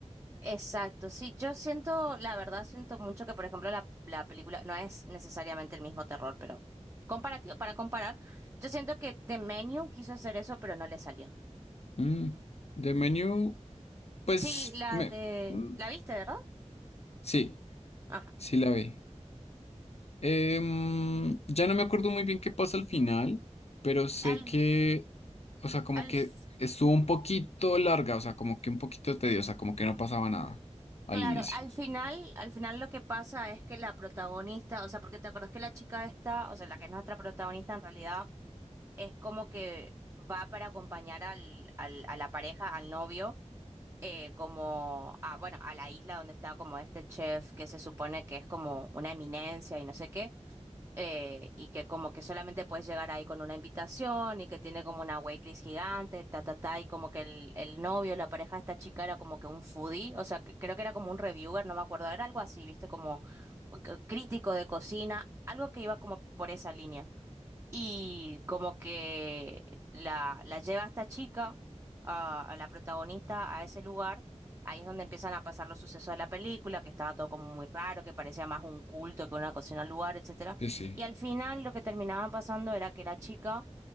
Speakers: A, on the right; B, on the left.
A: Exacto, sí, yo siento, la verdad siento mucho que, por ejemplo, la, la película no es necesariamente el mismo terror, pero comparativo, para comparar, yo siento que The Menu quiso hacer eso, pero no le salió.
B: Mm, The Menu, pues,
A: Sí, la
B: me,
A: de,
B: mm,
A: ¿la viste, verdad?
B: sí,
A: Ajá.
B: sí la vi. Em, ya no me acuerdo muy bien qué pasa al final, pero sé
A: Al,
B: que, o sea, como
A: al,
B: que
A: f-
B: estuvo un poquito larga, o sea, como que un poquito tediosa, como que no pasaba nada al
A: claro,
B: inicio.
A: al final, al final lo que pasa es que la protagonista, o sea, porque te acuerdas que la chica esta, o sea, la que es nuestra protagonista en realidad, es como que va para acompañar al, al, a la pareja, al novio eh, como a, bueno, a la isla donde está como este chef que se supone que es como una eminencia y no sé qué, eh, y que como que solamente puedes llegar ahí con una invitación y que tiene como una waitlist gigante, ta, ta, ta, y como que el, el novio, la pareja de esta chica era como que un foodie, o sea, que- creo que era como un reviewer, no me acuerdo, era algo así, viste, como c- crítico de cocina, algo que iba como por esa línea. Y como que la, la lleva a esta chica, a, a la protagonista, a ese lugar. Ahí es donde empiezan a pasar los sucesos de la película, que estaba todo como muy raro, que parecía más un culto que una cocina al lugar, etcétera.
B: Sí, sí.
A: Y al final lo que terminaba pasando era que la chica